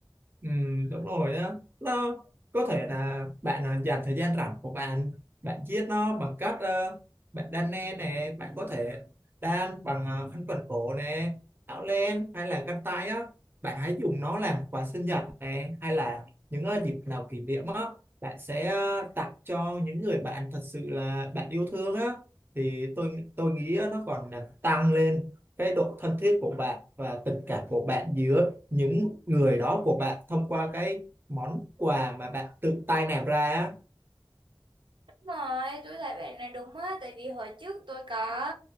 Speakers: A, on the right; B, on the right.
A: Ừ, đúng rồi á nó có thể là bạn à, dành thời gian rảnh của bạn bạn chiết nó bằng cách ờ, bạn đan len nè bạn có thể đan bằng ờ, khăn quàng cổ nè áo len hay là găng tay á bạn hãy dùng nó làm quà sinh nhật nè hay là những ờ, dịp nào kỷ niệm á bạn sẽ ờ, tặng cho những người bạn thật sự là bạn yêu thương á thì tôi tôi nghĩ ờ, nó còn làm tăng lên cái độ thân thiết của bạn và tình cảm của bạn giữa những người đó của bạn thông qua cái món quà mà bạn tự tay làm ra á
B: Đúng rồi tôi thấy bạn này đúng á tại vì hồi trước tôi có